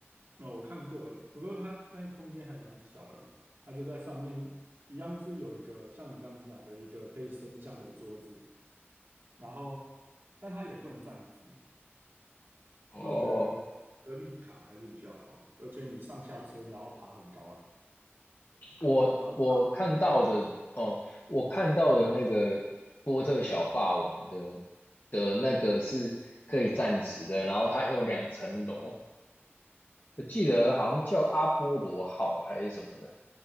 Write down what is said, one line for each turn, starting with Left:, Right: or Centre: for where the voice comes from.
Right: 哦，我看过了，不过它那个空间还蛮小的，它就在上面，一样是有一个像你刚刚讲的一个可以升降的桌子，然后但它也不能站直，
Left: 哦，
Right: 所以我觉得格力卡还是比较好的而且你上下车你要爬很高，哎，
Left: 我我看到的哦，
Right: 你要爬一个，
Left: 我看到的那个波特小霸王的的那个是可以站直的，然后它有两层楼，我记得好像叫阿波罗号还是什么的，